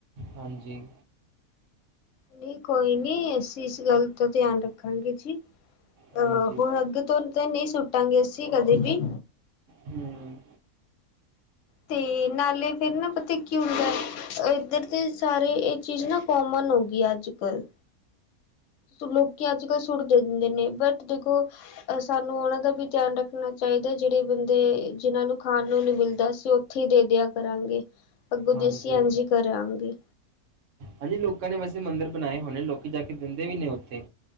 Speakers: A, on the right; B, on the left.
A: ਹਾਂਜੀ।
B: ਨਹੀਂ ਕੋਈ ਨੀ ਅਸੀਂ ਇਸ ਗੱਲ ਦਾ ਧਿਆਨ ਰੱਖਾਂਗੇ ਜੀ।
A: ਹਾਂਜੀ
B: ਆਹ ਹੁਣ ਅੱਗੇ ਤੋਂ ਨਹੀਂ ਸੁੱਟਾਂਗੇ ਅਸੀਂ ਕਦੇ ਵੀ।
A: ਹੂੰ
B: ਤੇ ਨਾਲੇ ਫੇਰ ਨਾ ਪਤਾ ਕੀ ਉਡਦਾ ਇੱਧਰ ਦੇ ਸਾਰੇ ਚੀਜ਼ ਨਾ ਕੋਮਨ ਹੋ ਗਈ ਅੱਜ ਕੱਲ੍ਹ। ਲੋਕੀ ਅੱਜ ਕੱਲ੍ਹ ਸੁੱਟ ਦਿੰਦੇ ਨੇ ਬਟ ਦੇਖੋ। ਅ ਸਾਨੂੰ ਉਹਨਾਂ ਦਾ ਵੀ ਧਿਆਨ ਰੱਖਣਾ ਚਾਹੀਦਾ ਜਿਹੜੇ ਬੰਦੇ ਜਿਹਨਾਂ ਨੂੰ ਖਾਣ ਨੂੰ ਨੀ ਮਿਲਦਾ ਸੀ। ਉੱਥੇ ਦੇ ਦਿਆ ਕਰਾਂਗੇ ਅੱਗੋਂ
A: ਹਾਂਜੀ
B: ਦੇਸੀ ਇੰਜ ਕਰਾਂਗੇ।
A: ਹਾਂਜੀ ਲੋਕਾਂ ਨੇ ਵੈਸੇ ਮੰਦਿਰ ਬਣਾਏ ਹੋਣੇ ਲੋਕੀ ਜਾ ਕੇ ਦਿੰਦੇ ਵੀ ਨੇ ਉੱਥੇ।